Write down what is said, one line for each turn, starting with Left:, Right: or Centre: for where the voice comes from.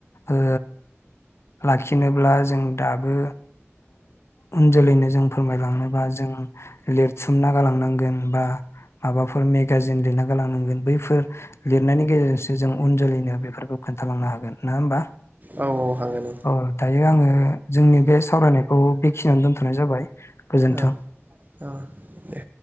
Left: ओ लाखिनोब्ला जों दाबो उन जोलैनो जों फोरमायलांनोबा जों लिरथुमना गालांनांगोन बा माबाफोर मेगाजिन लिरना गालांनांगोन बैफोर लिरनायनि गेजेरजोंसो जों उन जोलैनो बेफोरखौ खोनथालांनो हागोन नङा होमबा?
Right: औ औ हागोन औ
Left: अ दायो आङो जोंनि बे सावरायनायखौ बेखिनियाव दोनथ'नाय जाबाय। गोजोन्थों।
Right: औ औ दे